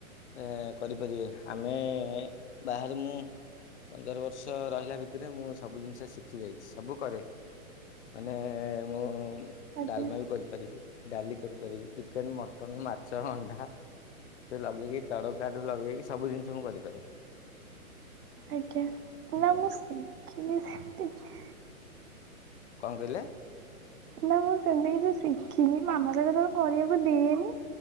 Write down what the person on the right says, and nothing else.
ଆଜ୍ଞା
ଆଜ୍ଞା।
ନା ମୁଁ ଶିଖିନି ସେମିତି କି
ନା ମୁଁ ସେମିତି କିଛି ଶିଖିନି। ମାମା ତ କେତେବେ କରିବାକୁ ଦିଏନି।